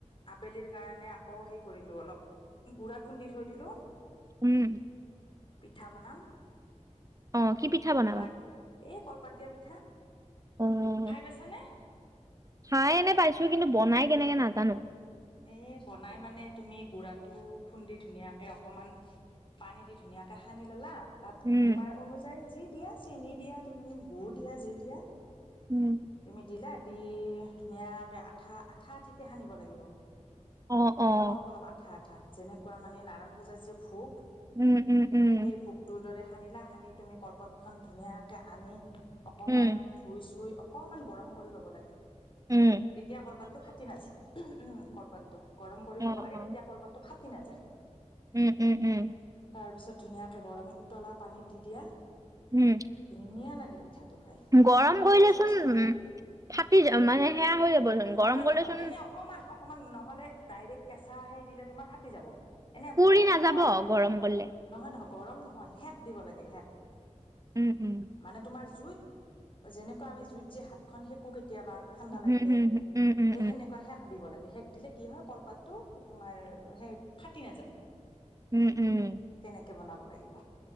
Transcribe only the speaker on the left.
আবেলিৰ কাৰণে আকৌ হেই কৰিলোঁ অলপ। গুড়া খুন্দি থৈ দিলোঁ।
পিঠা বনাম।
আমাৰ এই কলপাত দিয়া পিঠা।
খাই পাইছানে?
এ বনাই মানে তুমি গুড়াটো খুন্দি ধুনীয়াকে অকমান পানী দি ধুনীয়াকে সানি ল'লা। তাত
তোমাৰ অনুযায়ী যি দিয়া, চেনি দিয়া, তুমি গুড় দিয়া যি দিয়া।
তুমি দিলা দি ধুনীয়াকে আঠা আঠা আঠিকে সানিব লাগিব।
অলপ অলপ আঠা-আঠা যেনেকুৱা মানে নাৰায়ণ পূজাত যে ভোগ
সেই ভোগটোৰ দৰে সানিলা সানি তুমি কলপাতখন ধুনীয়াকে আনি অকমান
ধুই চুই অকমান গৰম কৰি ল'ব লাগে।
তেতিয়া কলপাতটো ফাঁটি নাযায়। উম, কলপাতটো গৰম কৰি
ল'ব লাগে
তেতিয়া কলপাতটো ফাটি নাযায়।
তাৰপিছত ধুনীয়াকে গৰম উতলা পানীত দি দিয়া ধুনীয়া
লাগে। মিঠাটো খাই,
খাই চাবাচোন।
নহয়
নহয় এনে অকমান অকমান। নহ'লে ডাইৰেক্ট কেঁচা হেৰি দিলে তোমাৰ ফাটি যাব। এনে
গৰম
নহয়,
নহয় নহয়। গৰম নহয় শেক দিব লাগে শেক
মানে তোমাৰ জুইত। যেনেকুৱা আমি জুইত যে হাতখন সেকো কেত কেতিয়াবা ঠাণ্ডা লাগিলে,
এই সেনেকুৱা শেক দিব লাগ সেক দিলে কি হয় কলপাতটো তোমাৰ সেই ফাটি নাযায়।
তেনেকে বনাব লাগিব,